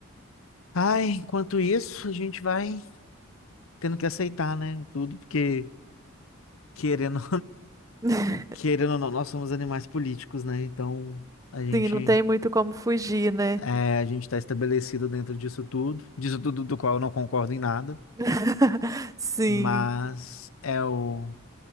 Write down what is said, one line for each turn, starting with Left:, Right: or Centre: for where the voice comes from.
Left: ai, enquanto isso, a gente vai tendo que aceitar, né? Tudo, porque querendo
Right: <laughs>
Left: Querendo ou não, nós somos animais políticos, né? Então a gente
Right: Sim, não tem muito como fugir, né?
Left: é, a gente está estabelecido dentro disso tudo, disso tudo do qual eu não concordo em nada,
Right: <laughs> Sim.
Left: mas é o